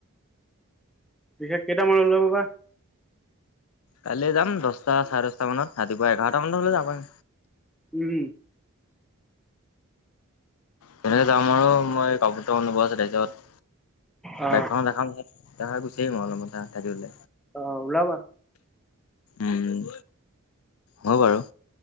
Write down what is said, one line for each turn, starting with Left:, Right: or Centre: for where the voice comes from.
Centre: পিছে কেইটামানত ওলাব বা?
Left: কাইলে যাম দছটা, চাৰে দছটা মানত। ৰাতিপুৱা এঘাৰটা মানত হ'লে <unintelligible>
Centre: উম।
Left: তেনেকে যাম আৰু মই কাপোৰ দুটামান ল'ব আছে। তাপিছত
Centre: অ
Left: বাইকখন দেখাম <unintelligible> তাহা গুচি আহিম অ অলপমান <unintelligible>
Centre: অ ওলাবা।
Left: উম, হ'ব বাৰু।